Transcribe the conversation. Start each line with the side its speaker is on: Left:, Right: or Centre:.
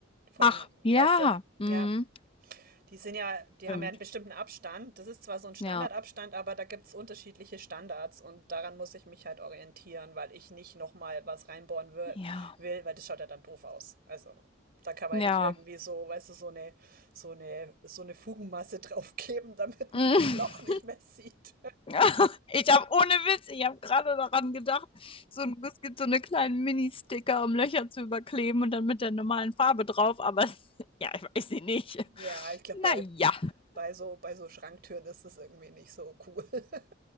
Right: von,
Left: Ach, ja.
Right: weißt du,
Left: Mhm.
Right: ja, die sind ja, die
Left: Stimmt.
Right: haben ja einen bestimmten Abstand. Das ist zwar so ein Standardabstand,
Left: Ja.
Right: aber da gibt es unterschiedliche Standards und daran muss ich mich halt orientieren, weil ich nicht nochmal was reinbohren wi-
Left: Ja.
Right: will, weil das schaut ja dann doof aus. Also, da kann man
Left: Ja.
Right: ja nicht irgendwie so, weißt du, so eine, so eine, so eine Fugenmasse <laughs> draufgeben, damit man
Left: Mhm.
Right: das Loch nicht mehr sieht.
Left: <laughs> Ich habe ohne Witz, ich habe gerade daran gedacht, so ein, es gibt so eine kleinen Mini-Sticker, um Löcher zu überkleben und dann mit der normalen Farbe drauf, aber <laughs> ja, ich weiß sie nicht.
Right: Ja, ich glaube, bei,
Left: Naja.
Right: bei so, bei so Schranktüren ist das irgendwie nicht so cool. <laughs>